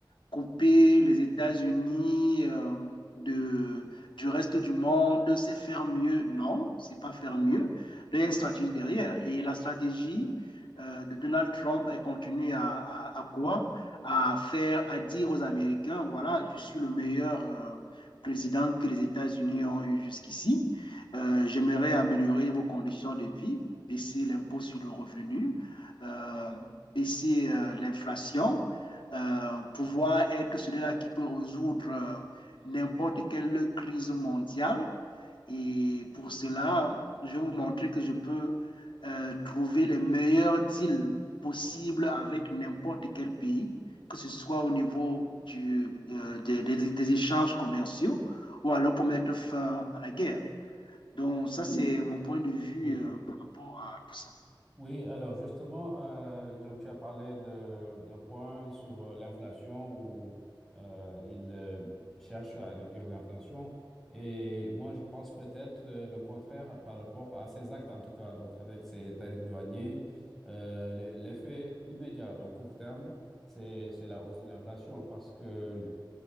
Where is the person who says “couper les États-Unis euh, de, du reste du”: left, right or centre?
Left